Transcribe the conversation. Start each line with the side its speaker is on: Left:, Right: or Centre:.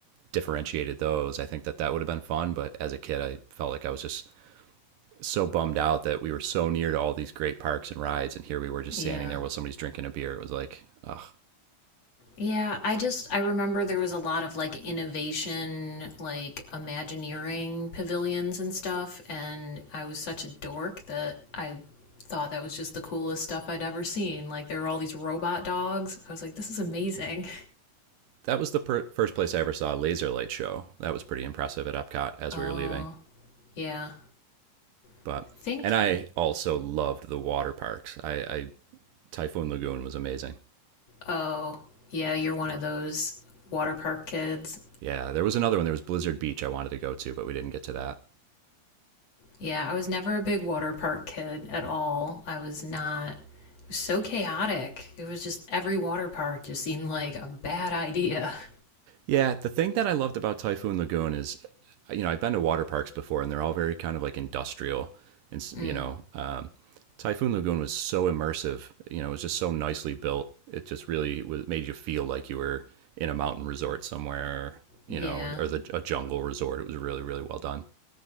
Right: differentiated those, I think that that would have been fun, but as a kid I felt like I was just so bummed out that we were so near to all these great parks and rides and here we were just
Left: Yeah.
Right: standing there while somebody's drinking a beer. It was like, ugh.
Left: Yeah, I just I remember there was a lot of like innovation, like Imagineering pavilions and stuff, and I was such a dork that I thought that was just the coolest stuff I'd ever seen. Like there were all these robot dogs. I was like, this is amazing.
Right: That was the per- first place I ever saw a laser light show. That was pretty impressive at Epcot as
Left: Oh,
Right: we were leaving.
Left: yeah.
Right: But
Left: I think
Right: and I also loved the water parks. I, I Typhoon Lagoon was amazing.
Left: oh, yeah, you're one of those water park kids.
Right: Yeah, there was another one. There was Blizzard Beach I wanted to go to, but we didn't get to that.
Left: Yeah, I was never a big water park kid at all. I was not. It was so chaotic. It was just every water park just seemed like a bad idea. <laughs>
Right: Yeah, the thing that I loved about Typhoon Lagoon is, you know, I've been to water parks before, and they're all very kind of like industrial, and
Left: Mm,
Right: you know, um, Typhoon Lagoon was so immersive. You know, it was just so nicely built. It just really was, made you feel like you were in a mountain resort somewhere, you
Left: yeah.
Right: know, or the, a jungle resort. It was really, really well done.